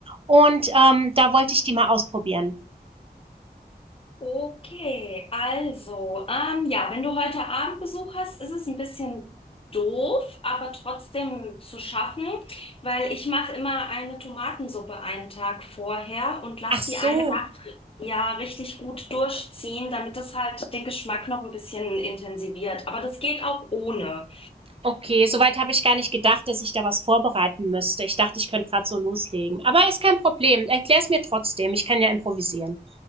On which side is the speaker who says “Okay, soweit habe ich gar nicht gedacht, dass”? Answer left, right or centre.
Right